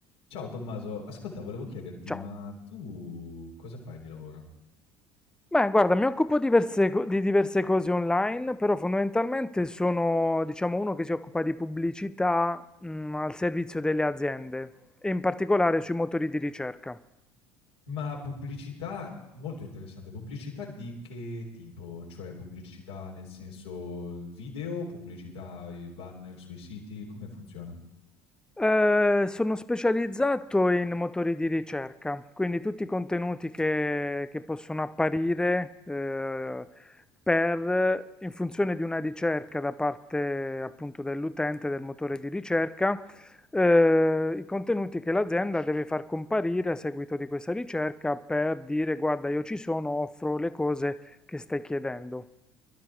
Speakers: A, on the left (about 75°); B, in the centre.
A: Ciao Tommaso, ascolta, volevo chiederti,
B: Ciao.
A: ma tu cosa fai di lavoro?
B: Beh, guarda, mi occupo diverse co- di diverse cose online, però fondamentalmente sono, diciamo, uno che si occupa di pubblicità, mm, al servizio delle aziende e in particolare sui motori di ricerca.
A: Ma pubblicità, molto interessante, pubblicità di che tipo? Cioè pubblicità nel senso video, pubblicità, i banner sui siti, come funziona?
B: Eh, sono specializzato in motori di ricerca, quindi tutti i contenuti che, che possono apparire eh, per, in funzione di una ricerca da parte appunto dell'utente del motore di ricerca, eh, i contenuti che l'azienda deve far comparire a seguito di questa ricerca per dire guarda, io ci sono, offro le cose che stai chiedendo.